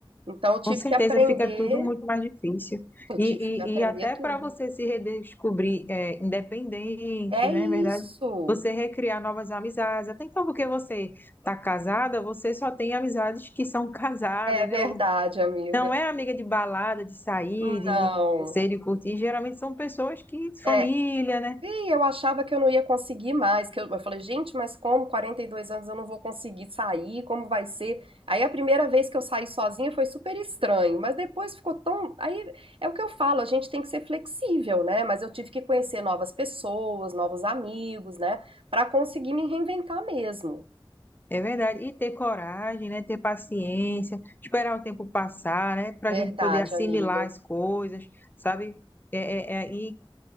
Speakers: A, on the right (about 80°); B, on the left (about 20°).
A: Então eu tive
B: Com certeza
A: que aprender,
B: fica tudo muito mais difícil.
A: eu
B: E,
A: tive que aprender
B: e, e até
A: tudo.
B: para você se redescobrir é, independente,
A: É
B: né?
A: isso.
B: é Verdade? Você recriar novas amizades. Até então, porque você está casada, você só tem amizades que são casadas,
A: É verdade,
B: né?
A: amiga.
B: Não é amiga de balada, de sair,
A: Não.
B: de, de conhecer, de curtir. Geralmente são pessoas que,
A: É,
B: família, né?
A: E eu achava que eu não ia conseguir mais, que eu, eu falei, gente, mas como 42 anos eu não vou conseguir sair, como vai ser? Aí a primeira vez que eu saí sozinha foi super estranho, mas depois ficou tão, aí é o que eu falo, a gente tem que ser flexível, né? Mas eu tive que conhecer novas pessoas, novos amigos, né, Pra conseguir me reinventar mesmo.
B: É verdade. E ter coragem, né? Ter paciência, esperar o tempo passar, né? Para
A: Verdade,
B: a gente poder assimilar
A: amiga.
B: as coisas, sabe? É, é- é- e,